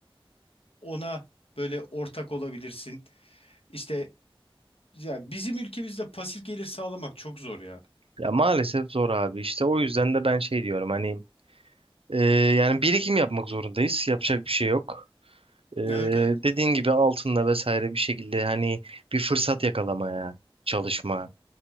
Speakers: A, on the left; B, on the right.
A: ona böyle ortak olabilirsin. İşte ya bizim ülkemizde pasif gelir sağlamak çok zor ya.
B: Ya maalesef zor abi işte o yüzden de ben şey diyorum hani e, yani birikim yapmak zorundayız. Yapacak bir şey yok. Ee,
A: Evet evet
B: dediğin gibi altınla vesaire bir şekilde hani bir fırsat yakalamaya çalışma